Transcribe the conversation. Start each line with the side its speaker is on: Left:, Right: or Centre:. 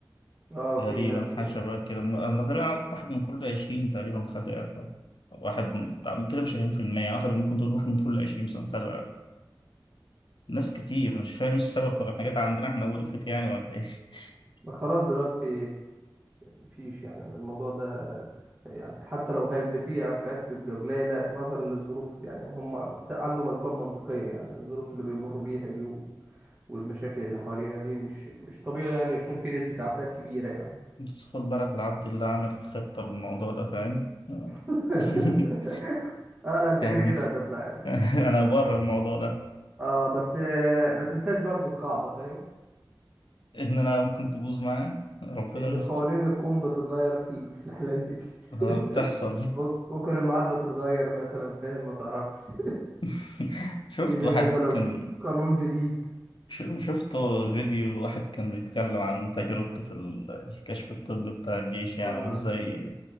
Right: اه
Left: تقريبا
Right: في ناس
Left: حاجة شبه كده أنا تقريبا أعرف واحد من كل عشرين تقريبا خد إعفاء واحد من- لا، من كده مش عشرين في المية واحد ممكن تقول واحد من كل عشرين مثلا خد ناس كتير مش فاهم ايه السبب طب احنا جت عندنا احنا وقفت يعني ولا ايه <laughs>
Right: ما خلاص دلوقتي مفيش يعني الموضوع ده يعني حتى لو هيبقى فيه عفات تبقى قليلة نظرا للظروف يعني هم س- عندهم أسباب منطقية يعني الظروف اللي بيمروا بيها دي و- والمشاكل اللي حوالينا دي مش مش طبيعي يعني يكون في نسبة عفات كبيرة يعني
Left: بس خد بالك العبد اللي عامل خطة للموضوع ده فاهم
Right: <laughs>
Left: <laughs>
Right: اه لا انت
Left: يعني
Right: كده كده هتطلع يعني
Left: <laughs> انا بره الموضوع ده
Right: اه بس آه، ما تنساش برضو القاعدة فاهم
Left: ان انا ممكن تبوظ معاه ربنا
Right: ان
Left: يستر
Right: قوانين الكون بتتغير في ال- في الحالات دي
Left: اه بتحصل
Right: <laughs> ممكن المعادلة تتغير مثلا فاهم ما تعرفش
Left: <laughs> شفت
Right: يجوا
Left: واحد
Right: نزلوا
Left: كان
Right: قانون جديد
Left: ش- شفت فيديو واحد كان بيتكلم عن تجربته في ال- الكشف الطبي بتاع الجيش يعني
Right: اه
Left: وازاي